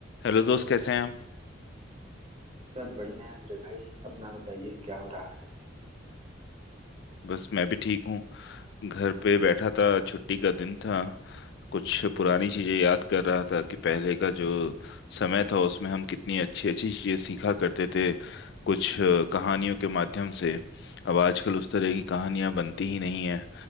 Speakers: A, on the left; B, on the right.
A: Hello दोस्त कैसे हैं आप
B: सब बढ़िया है मेरे भाई अपना बताइए क्या हो रहा है
A: बस मैं भी ठीक हूँ घर पे बैठा था छुट्टी का दिन था कुछ पुरानी चीजें याद कर रहा था कि पहले का जो समय था उसमें हम कितनी अच्छी अच्छी चीजें सीखा करते थे कुछ अ, कहानियों के माध्यम से अब आजकल उस तरह की कहानियां बनती ही नहीं है